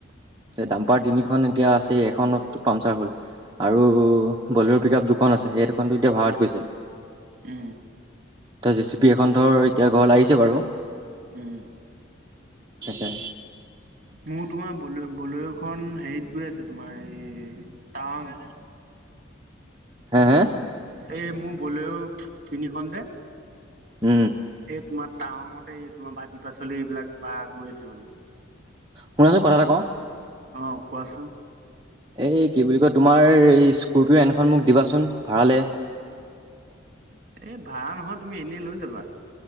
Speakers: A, on the right; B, on the right.
A: এ ডাম্পাৰ তিনিখন এতিয়া আছে এখনতটো পামচাৰ হ'ল। আৰু বলেৰো পিক আপ দুখন আছে, সেই দুখটো এতিয়া ভাড়াত গৈছে।
B: উম।
A: ত' জেচিপি এখন ধৰ এতিয়া ঘৰলৈ আহিছে বাৰু।
B: উম।
A: তাকে।
B: মোৰ তোমাৰ বলে বলেৰোখন হেৰিত গৈ আছে তোমাৰ এই টাৱাং।
A: হে হে
B: এই মোৰ বলেৰো তিনিখন যে
A: উম।
B: এই তোমাৰ টাৱঙতে এই তোমাৰ ভাজ পাচলি এইবিলাক ভা গৈ আছে মানে।
A: শুনাচোন কথা এটা কওঁ?
B: অঁ কোৱাচোন।
A: এই কি বুলি কয় তোমাৰ এই স্কৰপিঅ' এনখন মোক দিবাচোন ভাড়ালৈ।
B: এই ভাড়া নহয় তুমি এনেই লৈ যাবা।